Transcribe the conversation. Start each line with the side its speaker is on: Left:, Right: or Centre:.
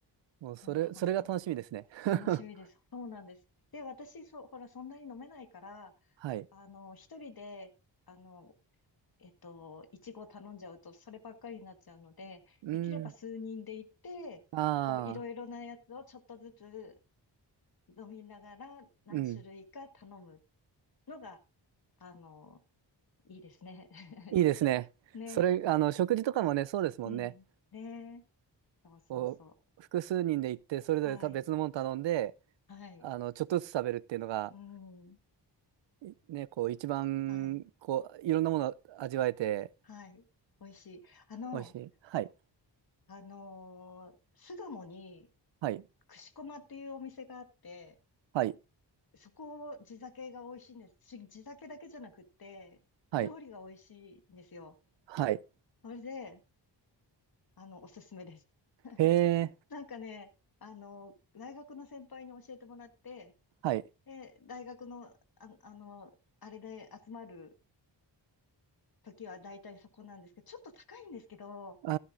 Right: もう、それ、
Left: ほんとほんと。
Right: それが楽しみですね。<laughs>
Left: 楽しみです。そうなんです。で、私、そう、ほら、そんなに飲めないから、
Right: はい。
Left: あの、一人で、あの、えっと、いちご頼んじゃうと、そればっかりになっちゃうので、
Right: うん。
Left: できれば数人で行って、
Right: ああ、
Left: こう、いろいろなやつをちょっとずつ飲みながら何種類か頼む
Right: うん。
Left: のが、あの、いいですね。<laughs>
Right: いいですね。
Left: ね。
Right: それ、あの、食事とかもね、そうですもんね。
Left: うん。ね。そうそうそ
Right: こう、複数人で行って、それぞれた別のもの頼んで、
Left: う。はい。はい。
Right: あの、ちょっとずつ食べるっていうのが、
Left: うん。
Right: いね、こう、一番、
Left: はい。
Right: こう、いろんなもの味わえて、
Left: はい。美味しい。あの、
Right: 美味しい。はい。
Left: あのー巣鴨に、
Right: はい。
Left: 串駒っていうお店があって、
Right: はい。
Left: そこ、地酒が美味しいんです。し地酒だけじゃなくって、
Right: はい。
Left: 料理が美味しいんですよ。
Right: はい。
Left: それで、あの、おすすめです。<laughs>
Right: へえ。
Left: なんかね、あの、大学の先輩に教えてもらって、
Right: はい。
Left: で、大学の、あ、あの、あれで集まる時は大体そこなんですけど、ちょっと高いんですけど、
Right: うー